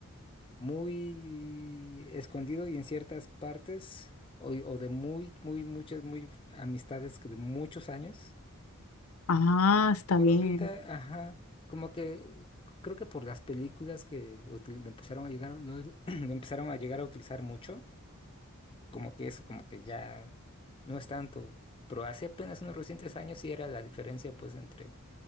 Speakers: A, on the left; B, on the left.
A: muy escondido y en ciertas partes o, o de muy, muy, muchas, muy amistades que de muchos años.
B: Ah, está
A: Pero
B: bien.
A: ahorita, ajá, como que creo que por las películas que lo util- empezaron a llegar, a- lo, <clears throat> lo empezaron a llegar a utilizar mucho, como que eso, como que ya no es tanto. Pero hace apenas unos recientes años sí era la diferencia, pues, entre